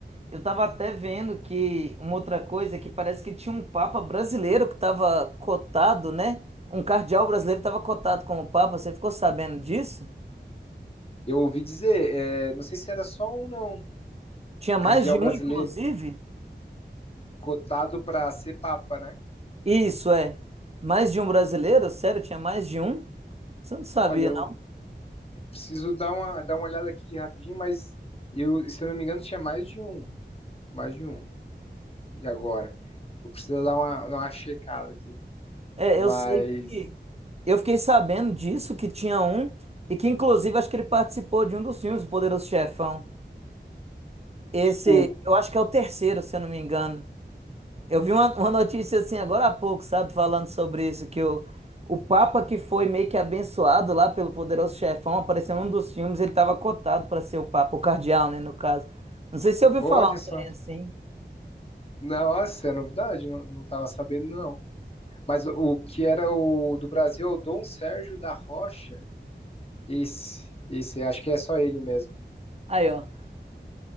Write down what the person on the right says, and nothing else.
Eu tava até vendo que uma outra coisa é que parece que tinha um papa brasileiro que tava cotado, né? Um cardeal brasileiro tava cotado como papa. Você ficou sabendo disso?
Tinha mais
de
um, inclusive?
Isso é. Mais de um brasileiro? Sério, tinha mais de um? Você não sabia,
não?
É,
eu sei que eu fiquei sabendo disso que tinha um e que inclusive acho que ele participou de um dos filmes do Poderoso Chefão. Esse,
eu acho que é o terceiro, se eu não me engano. Eu vi uma, uma notícia assim agora há pouco, sabe, falando sobre isso, que o, o Papa que foi meio que abençoado lá pelo poderoso chefão, apareceu num dos filmes, ele tava cotado para ser o Papa, o cardeal, né, no caso. Não sei se você ouviu
falar um
trem assim.
Aí, ó.